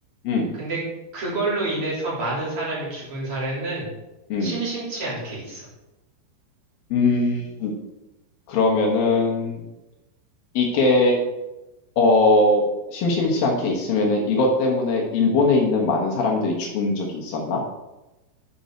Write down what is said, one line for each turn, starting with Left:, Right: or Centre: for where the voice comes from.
Left: 음,
Right: 근데 그걸로 인해서 많은 사람이 죽은 사례는
Left: 음,
Right: 심심치 않게 있어.
Left: 음. 그러면은 이게 어, 심심치 않게 있으면은 이것 때문에 일본에 있는 많은 사람들이 죽은 적이 있었나?